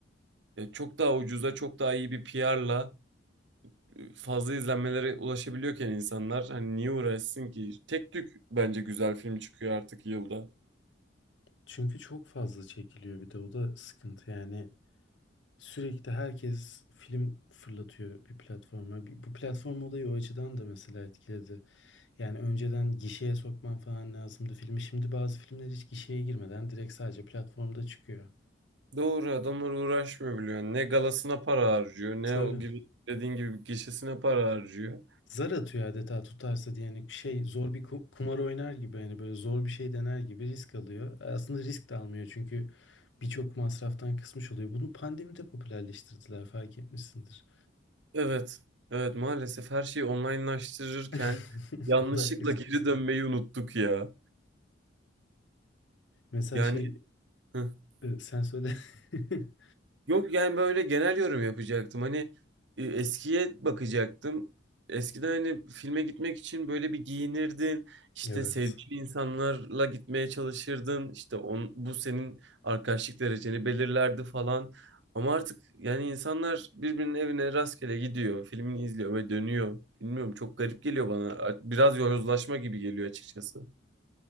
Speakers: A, on the right (about 65°); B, on the left (about 70°).
A: E, çok daha ucuza çok daha iyi bir PR'la e, fazla izlenmelere ulaşabiliyorken insanlar hani niye uğraşsın ki? Tek tük bence güzel film çıkıyor artık yılda.
B: Çünkü çok fazla çekiliyor bir de o da sıkıntı yani. Sürekli herkes film fırlatıyor bir platforma. Bir- Bu platform olayı o açıdan da mesela etkiledi. Yani önceden gişeye sokman falan lazımdı filmi. Şimdi bazı filmler hiç gişeye girmeden direkt sadece platformda çıkıyor.
A: Doğru adamlar uğraşmıyor biliyor. Ne galasına para harcıyor ne
B: Tabii.
A: o gibi dediğin gibi gişesine para harcıyor.
B: Zar atıyor adeta tutarsa diye yani şey zor bir ku- kumar oynar gibi hani böyle zor bir şey dener gibi risk alıyor. Aslında risk de almıyor çünkü birçok masraftan kısmış oluyor. Bunu pandemide popülerleştirdiler fark etmişsindir.
A: Evet evet maalesef her şeyi onlinelaştırırken
B: <laughs>
A: yanlışlıkla
B: O da gitti.
A: geri dönmeyi unuttuk ya.
B: Mesela
A: Yani
B: şey
A: <laughs>
B: e, sen söyle. <laughs>
A: Yok yani böyle genel yorum yapacaktım. Hani e, eskiye bakacaktım. Eskiden hani filme gitmek için böyle bir giyinirdin. İşte
B: Evet.
A: sevdiğin insanlarla gitmeye çalışırdın. İşte on, bu senin arkadaşlık dereceni belirlerdi falan. Ama artık yani insanlar birbirinin evine rastgele gidiyor. Filmini izliyor ve dönüyor. Bilmiyorum çok garip geliyor bana. Biraz yozlaşma gibi geliyor açıkçası.